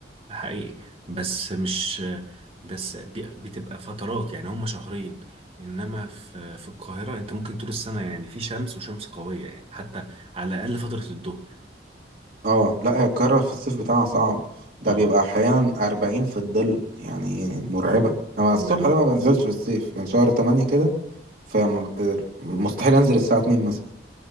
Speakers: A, on the right; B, on the right.
A: حقيقي بس مش بس بي- بتبقى فترات يعني هم شهرين انما في في القاهره انت ممكن طول السنه يعني في شمس وشمس قويه يعني حتى على الاقل فتره الظهر
B: اه لا هي القاهرة في الصيف بتاعها صعب ده
A: اه
B: بيبقى أحيانا أربعين في الظل يعني مرعبة أنا الصبح
A: ان انا
B: ده ما بنزلش في الصيف يعني شهر تمانية كده فمستحيل أنزل الساعة اتنين مثلا